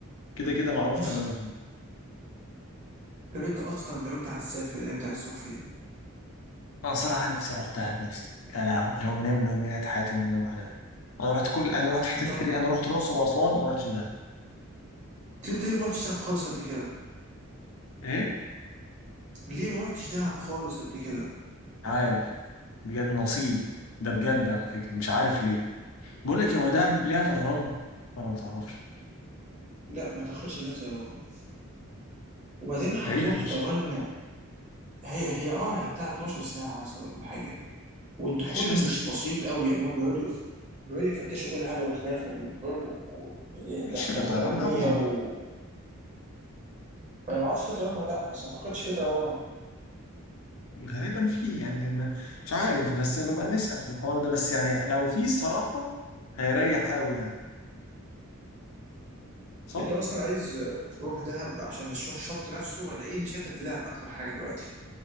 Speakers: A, on the left; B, on the right.
A: كده كده معروف
B: <laughs>
A: تمامهم
B: طب انت اصلا لو انت هتسافر الايام دي عايز تروح فين؟
A: انا صراحة نفسي اروح دهب يا اسطى يا لهوي انا امنيه من امنيات حياتي ان انا اروح دهب انا رحت كل انا رحت حتت
B: انت
A: كتير انا رحت الاقصر واسوان وما رحتش دهب
B: انت ليه ما رحتش دهب خالص قبل كده؟
A: ايه
B: ليه ما رحتش دهب خالص قبل كده؟
A: عارف بجد نصيب ده بجد على فكرة مش عارف ليه بقول لك إيه، هو دهب ليها طيران ولا ما تعرفش
B: لا ما تاخدش هنا طيران وبعدين هتروح
A: بعيدة فشخ
B: طيران هي هي اه هي بتاع 12 ساعة مثلا ولا حاجة والدخول
A: ماشي يا اسطى
B: مش
A: كتير
B: بسيط قوي يعني هما بيقعدوا بيقعدوا يفتشوا كل حاجه وانت داخل وفاهم و-
A: ماشي
B: تحتياطات
A: في طيران
B: امنيه
A: أفضل
B: و... انا ما اعرفش في طيران ولا لا بس ما اعتقدش في طيران
A: غالبا فيه يعني ما مش عارف بس نبقى نسأل في الحوار ده بس يعني لو فيه الصراحة هيريح قوي يعني صح
B: انت اصلا عايز تروح دهب عشان تروح الشط نفسه ولا ايه اللي شدك في دهب اكتر حاجه دلوقتي